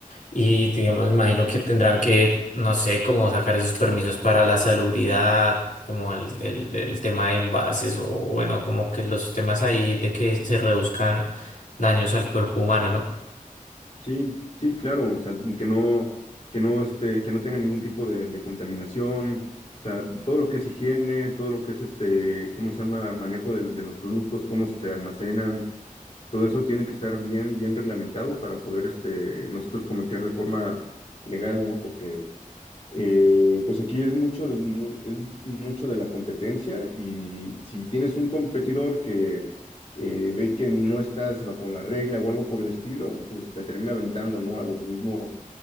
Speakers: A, on the left; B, on the left.
A: y digamos, me imagino que tendrán que, no sé, como sacar esos permisos para la salubridad, como el, el, el tema de envases o bueno, como que los temas ahí de que se reduzcan daños al cuerpo humano, ¿no?
B: Sí, sí, claro, o sea, que no, que no este, que no tenga ningún tipo de, de contaminación, o sea, todo lo que es higiene, todo lo que es este, ¿cómo se llama? Manejo de, de los productos, cómo se almacenan, todo eso tiene que estar bien, bien reglamentado para poder este, nosotros comerciar de forma legal, ¿no? Porque eh, pues aquí es mucho de, mu- es mucho de la competencia y si tienes un competidor que eh, ve que no estás bajo la regla o algo por el estilo, pues te termina aventando, ¿no? A los mismos,